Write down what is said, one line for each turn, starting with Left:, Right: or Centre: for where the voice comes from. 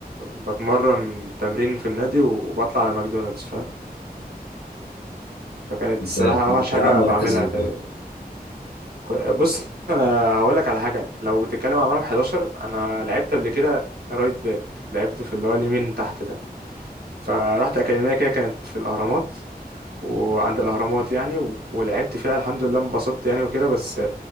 Right: ب... بتمرن تمرين في النادي وبطلع على ماكدونالدز فاهم فكانت
Left: انت
Right: الصراحة
Left: كنت
Right: اوحش
Left: بتلعب
Right: حاجة
Left: مركز
Right: بعملها
Left: ايه
Right: تاني
Left: ده
Right: كو- بص انا هقول لك على حاجه لو بتتكلم على مرمى 11 انا لعبت قبل كده رايت باك لعبت في اللي هو اليمين تحت ده فرحت اكاديميه كده كانت في الاهرامات وعند الاهرامات يعني و- ولعبت فيها الحمد لله انبسطت يعني وكده بس